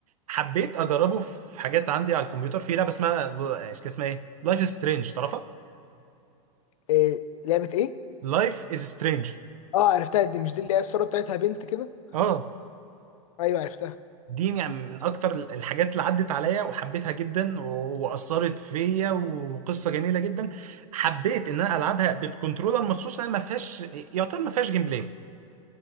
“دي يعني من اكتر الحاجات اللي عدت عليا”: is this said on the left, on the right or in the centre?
Right